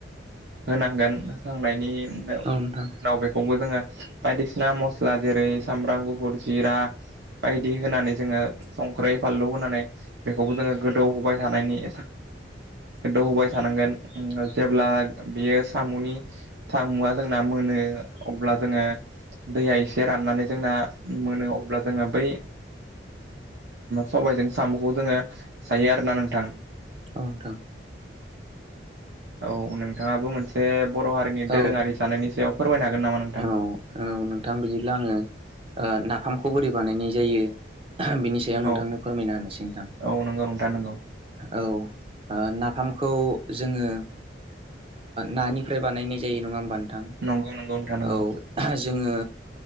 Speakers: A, on the right; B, on the right.
A: होनांगोन होखांनायनि उनाव
B: औ नोंथां औ नोंथां
A: बेखौबो जोङो बायदिसिना मस्ला जेरै सामब्राम गुफुर जिरा बायदि होनानै जोङो संख्रै फानलु होनानै बेखौबो जोङो गोदौ होबाय थानायनि
B: <inaudible>
A: गोदौ होबाय थानांगोन जेब्ला बेयो साम'नि थामुआ जोंना मोनो अब्ला जोङो दैया एसे राननानै जोंना मोनो अब्ला जोङो बै सबायजों साम'खौ जोङो जायो आरोना नोंथां
B: औ नोंथां
A: औ नोंथाङाबो मोनसे बर' हारिनि दोरोङारि
B: औ
A: जानायनि सायाव फोरमायनो हागोन नामा नोंथां
B: औ औ नोंथां बिदिब्ला आङो नाफामखौ बोरै बानायनाय जायो बिनि सायाव नोंथांनो
A: औ
B: फोरमायना होनो सै नोंथां
A: औ नंगौ नोंथां नंगौ
B: औ नाफामखौ जोङो नानिफ्राय बानायनाय जायो नङा होमबा नोंथां
A: नंगौ नंगौ नोंथां नंगौ
B: औ जोङो